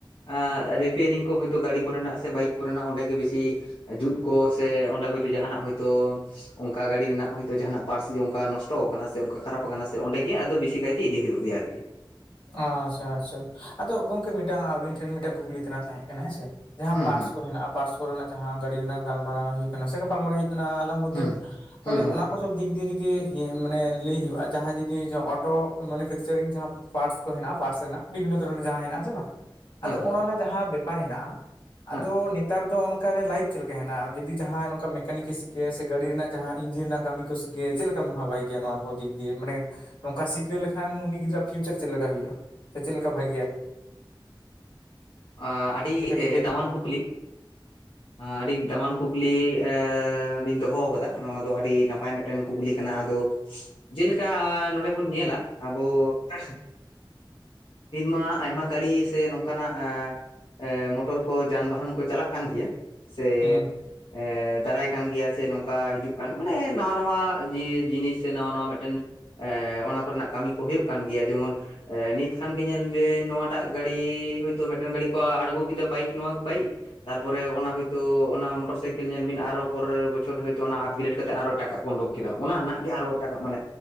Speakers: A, on the left; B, on the left.
A: ᱟᱸ ᱨᱤᱯᱮᱭᱟᱨᱤᱝ ᱠᱚ ᱦᱳᱭᱛᱳ ᱜᱟᱹᱲᱤ ᱠᱚᱨᱮᱱᱟᱜ ᱥᱮ ᱵᱟᱭᱤᱠ᱾ ᱨᱮᱱᱟᱜ ᱚᱸᱰᱮ ᱜᱮ ᱵᱮᱥᱤ ᱡᱩᱛ ᱠᱚ ᱥᱮ ᱚᱸᱰᱮ ᱦᱳᱭᱛᱚ ᱡᱟᱦᱟᱱᱟᱜ ᱦᱳᱭᱛᱚ᱾ ᱚᱝᱠᱟ ᱜᱟᱹᱲᱤ ᱨᱮᱱᱟᱜ ᱦᱳᱭᱛᱳ ᱡᱟᱦᱟᱱᱟᱜ ᱯᱟᱨᱴᱥ ᱜᱮ ᱚᱱᱠᱟ ᱱᱚᱥᱴᱚ ᱟᱠᱟᱱᱟ ᱥᱮ ᱚᱱᱠᱟ ᱠᱷᱟᱨᱟᱯ ᱟᱠᱟᱱᱟ ᱥᱮ ᱚᱸᱰᱮ ᱜᱮ ᱟᱫᱚ ᱵᱮᱥᱤ ᱠᱟᱭᱛᱮ ᱤᱫᱤ ᱦᱩᱭᱩᱜ ᱜᱮᱭᱟ ᱟᱨ
B: ᱟᱸᱪᱷᱟ ᱟᱪᱷᱟ ᱟᱫᱚ ᱜᱚᱢᱠᱮ ᱢᱤᱫᱴᱟᱝ ᱟᱵᱤᱱ ᱴᱷᱮᱱ ᱢᱤᱫᱴᱟᱝ ᱠᱩᱠᱞᱤ ᱛᱮᱱᱟᱜ ᱛᱟᱦᱮᱸᱜ ᱠᱟᱱᱟ ᱦᱮᱸ ᱥᱮ᱾ ᱡᱟᱦᱟᱸ
A: ᱦᱩᱸ
B: ᱯᱟᱴᱥ
A: ᱦᱩᱸ
B: ᱠᱚ ᱦᱮᱱᱟᱜ-ᱟ ᱯᱟᱴᱥ ᱠᱚᱨᱮᱱᱟᱜ ᱡᱟᱦᱟᱸ ᱜᱟᱹᱰᱤ ᱨᱮᱱᱟᱜ ᱜᱟᱞᱢᱟᱨᱟᱣ ᱦᱩᱭᱩᱜ ᱠᱟᱱᱟ ᱥᱮ ᱜᱟᱟᱞᱟᱨᱟᱣ ᱦᱩᱭᱩᱜ ᱠᱟᱱᱟ ᱟᱞᱚᱢ ᱢᱚᱫᱷᱮ
A: ᱦᱩᱸ
B: ᱛᱟᱦᱞᱮ
A: ᱦᱩᱸ ᱦᱮᱸ
B: ᱚᱱᱟ ᱠ ᱠᱚ ᱥᱚᱵ ᱫᱤᱠ ᱫᱤᱭᱮ ᱡᱩᱫᱤ ᱦᱤ ᱢᱟᱱᱮ ᱞᱟᱹᱭ ᱦᱳᱭᱳᱜ-ᱟ ᱡᱟᱦᱟᱸ ᱡᱩᱫᱤ ᱡᱚ ᱚᱴᱳ ᱢᱮᱱᱩᱯᱷᱮᱠᱪᱟᱨᱤᱝ ᱡᱟᱦᱟᱸ᱾ ᱯᱟᱴᱥ ᱠᱚ ᱦᱮᱱᱟᱜ-ᱟ ᱯᱟᱴᱥ ᱨᱮᱱᱟᱜ ᱵᱤᱵᱷᱤᱱᱱᱚ ᱫᱷᱚᱨᱚᱱ ᱡᱟᱦᱟᱸ ᱦᱮᱱᱟᱜ-ᱟ ᱦᱮᱸᱥᱮ ᱵᱟᱝ
A: ᱦᱮᱸ
B: ᱟᱫᱚ
A: ᱦᱮᱸ
B: ᱚᱱᱚ ᱚᱱᱟ ᱡᱟᱦᱟᱸ ᱵᱮᱯᱟᱨ ᱦᱮᱱᱟᱜ-ᱟ᱾
A: ᱦᱮᱸ
B: ᱟᱫᱚ ᱱᱮᱛᱟᱨ ᱫᱚ ᱚᱱᱠᱟ ᱨᱮ ᱞᱟᱭᱤᱯᱷ ᱪᱮᱫ ᱞᱮᱠᱟ ᱦᱮᱱᱟᱜ-ᱟ ᱡᱩᱫᱤ ᱡᱟᱦᱟᱸᱭ ᱱᱚᱝᱠᱟ ᱢᱮᱠᱟᱱᱤᱠ ᱮ ᱥᱤᱠᱟᱹᱭᱟ ᱥᱮ ᱜᱟᱹᱰᱤ ᱨᱮᱱᱟᱜ ᱡᱟᱦᱟᱸ ᱤᱧᱡᱤᱱ ᱨᱮᱱᱟᱜ ᱠᱟᱹᱢᱤ ᱠᱚ ᱥᱤ ᱪᱮᱫ ᱞᱮᱠᱟᱢ ᱵᱷᱟᱵᱟᱭ ᱜᱮᱭᱟ ᱱᱚᱣᱟ ᱠᱚ ᱫᱤᱠ? ᱢᱟᱱᱮ ᱱᱚᱝᱠᱟ ᱥᱤᱠᱟᱹᱣ ᱞᱮᱠᱷᱟᱱ ᱩᱱᱤ ᱜᱤᱫᱽᱨᱟᱹᱣᱟᱜ ᱯᱷᱤᱭᱩᱪᱟᱨ ᱪᱮᱫ ᱞᱮᱠᱟ ᱦᱳᱭᱳᱜ-ᱟ? ᱥᱮ ᱪᱮᱫ ᱞᱮᱠᱟ ᱵᱷᱟᱜᱮᱭᱟ?
A: ᱟ ᱮ ᱟᱹᱰᱤ
B: ᱠᱟᱹᱴᱤᱡ ᱞᱟᱹᱭ
A: ᱫᱟᱢᱟᱱ
B: ᱞᱮ
A: ᱠᱩᱠᱞᱤ᱾ ᱟᱹᱰᱤ ᱫᱟᱢᱟᱱ ᱠᱩᱠᱞᱤ ᱮ ᱵᱤᱱ ᱫᱚᱦᱚ ᱟᱠᱟᱫᱟ ᱱᱚᱣᱟ ᱫᱚ ᱟᱹᱰᱤ ᱱᱟᱯᱟᱭ ᱢᱮᱫᱴᱮᱱ ᱠᱩᱠᱞᱤ ᱠᱟᱱᱟ ᱟᱫᱚ᱾
B: <unintelligible>
A: ᱡᱮᱞᱮᱠᱟ ᱱᱚᱰᱮ ᱵᱚᱱ ᱧᱮᱞᱟ ᱟᱵᱚ ᱾ ᱦᱤᱛᱢᱟ ᱟᱭᱢᱟ ᱜᱟᱹᱲᱤ ᱥᱮ ᱱᱚᱝᱠᱟᱱᱟᱜ᱾ ᱟ ᱮ ᱢᱚᱴᱚᱨ ᱠᱚ ᱡᱟᱱᱵᱟᱦᱟᱱ ᱠᱚ ᱪᱟᱞᱟᱜ ᱠᱟᱱ ᱜᱮᱭᱟ ᱥᱮ,
B: ᱦᱩᱸ
A: ᱮᱜ ᱫᱟᱨᱟᱭ ᱠᱟᱱ ᱜᱤᱭᱟ ᱥᱮ ᱱᱚᱝᱠᱟ ᱦᱤᱡᱩᱜ ᱠᱟᱱ ᱢᱟᱱᱮ ᱱᱟᱣᱟ ᱱᱟᱣᱟ ᱡᱮ ᱡᱤᱱᱤᱥ ᱥᱮ ᱱᱟᱣᱟ ᱱᱟᱣᱟ ᱢᱮᱫᱴᱮᱱ᱾ ᱮ ᱚᱱᱟ ᱠᱚᱨᱮᱱᱟᱜ ᱠᱟᱹᱢᱤ ᱠᱚ ᱦᱳᱭᱳᱜ ᱠᱟᱱ ᱜᱮᱭᱟ ᱡᱮᱢᱚᱱ ᱱᱤᱛ ᱠᱷᱟᱱ ᱜᱮ ᱧᱮᱞ ᱵᱤᱱ ᱱᱚᱣᱟᱴᱟᱜ ᱜᱟᱹᱲᱤ ᱦᱳᱭᱛᱚ ᱢᱤᱫᱴᱮᱱ ᱜᱟᱹᱲᱤ ᱠᱚ ᱟᱬᱜᱚ ᱠᱮᱫᱟ ᱵᱟᱭᱤᱠ ᱱᱚᱣᱟ ᱵᱟᱭᱤᱠ᱾ ᱛᱟᱨ ᱯᱚᱨᱮ ᱚᱱᱟ ᱦᱚᱭᱛᱳ ᱚᱱᱟ ᱢᱚᱴᱚᱨ ᱥᱟᱭᱠᱮᱞ ᱧᱮᱞ ᱵᱤᱱ ᱟᱨᱚ ᱯᱚᱨᱮᱨ ᱵᱚᱪᱷᱚᱨ ᱦᱳᱭᱛᱳ ᱚᱱᱟ ᱟᱯᱜᱨᱮᱰ ᱠᱟᱛ ᱛᱮᱜ ᱟᱨᱚ ᱮᱴᱟᱠᱟᱜ ᱠᱚ ᱩᱰᱩᱝ ᱠᱮᱫᱟ᱾ ᱚᱱᱟ ᱨᱮᱱᱟᱜ ᱜᱮ ᱟᱨᱚ ᱮᱴᱟᱠᱟᱜ ᱢᱟᱱᱮ